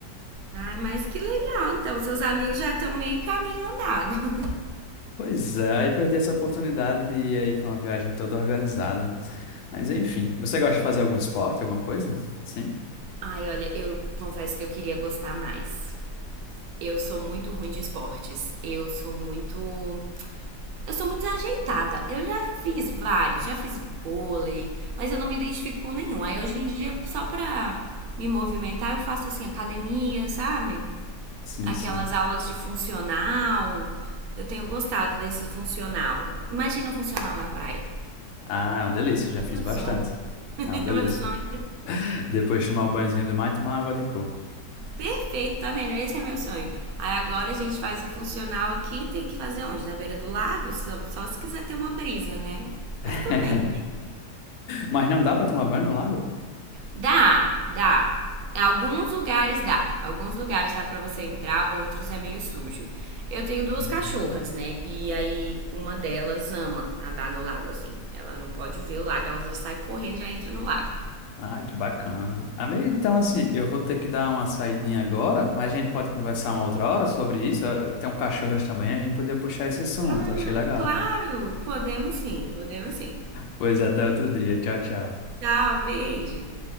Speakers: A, on the right; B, on the left.
A: Ah, mas que legal. Então, seus amigos já estão meio caminho andado. <laughs>
B: Pois é, aí perdi essa oportunidade de ir aí para uma viagem toda organizada. Mas enfim, você gosta de fazer algum esporte, alguma coisa? Sim?
A: Ai, olha, eu confesso que eu queria gostar mais. Eu sou muito ruim de esportes. Eu sou muito Eu sou muito desajeitada. Eu já fiz vários, já fiz vôlei, mas eu não me identifico com nenhum. Aí hoje em dia, só pra me movimentar, eu faço assim, academia, sabe?
B: Sim,
A: Aquelas
B: sim.
A: aulas de funcional. Eu tenho gostado desse funcional. Imagina um funcional na praia.
B: Ah, é uma delícia, já
A: É
B: fiz
A: meu
B: bastante.
A: sonho. <laughs>
B: É uma delícia.
A: É meu sonho.
B: <laughs> Depois de tomar o banhozinho do mar e tomar água de coco.
A: Perfeito, tá vendo? Esse é meu sonho. Aí agora a gente faz o funcional aqui, tem que fazer onde? Na beira do lago? Só, só se quiser ter uma brisa, né?
B: <laughs>
A: Mas tudo bem também.
B: Mas não dá pra tomar banho no lago?
A: Dá, dá. Alguns lugares dá. Alguns lugares dá pra você entrar, outros é meio sujo. Eu tenho duas
B: Uhum.
A: cachorras, né? E aí uma delas ama nadar no lago assim. Ela não pode ver o lago, ela já sai correndo, já entra no lago.
B: Ah, que bacana. Amigo, então assim, eu vou ter que dar uma saidinha agora, mas a gente pode conversar uma outra hora sobre isso. Ah, Tem um cachorro também, a gente podia puxar esse assunto,
A: Ah,
B: achei legal.
A: claro!
B: <laughs>
A: Podemos sim, podemos sim.
B: Pois até outro dia. Tchau, tchau.
A: Tchau, beijo.